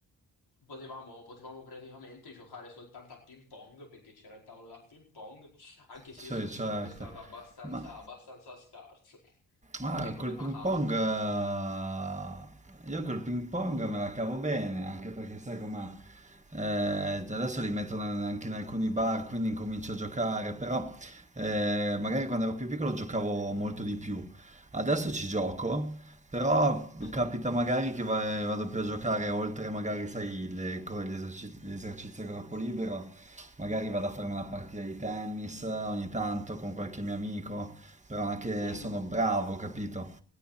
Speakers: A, on the left; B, on the right.
A: potevamo, potevamo praticamente giocare soltanto a ping pong perché c'era il tavolo da ping pong anche se
B: sì,
A: io sono sempre
B: certo.
A: stato abbastanza,
B: Ma
A: abbastanza scarso.
B: Ah,
A: Te come
B: col
A: te
B: ping
A: la cavi?
B: pong, eh, io col ping pong me la cavo bene, anche perché sai com'è, eh, adesso li mettono anche in alcuni bar, quindi incomincio a giocare, però eh, magari quando ero più piccolo giocavo molto di più. Adesso ci gioco, però
A: Mhm.
B: capita magari che va- vado più a giocare oltre magari, sai, le, co- gli eserci- gli esercizi a corpo libero, magari vado a fare una partita di tennis eh, ogni tanto con qualche mio amico però anche
A: Mhm.
B: sono bravo, capito?